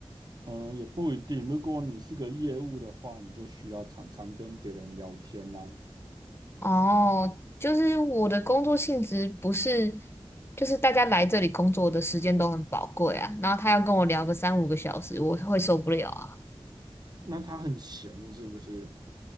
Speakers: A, on the right; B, on the left.
A: 嗯，也不一定。如果你是个业务的话，你就需要常常跟别人聊天呐、
B: 哦，就是我的工作性质不是，就是大家来这里工作的时间都很宝贵啊，然后他要跟我聊个三五个小时，我会受不了啊。
A: 那他很闲是不是？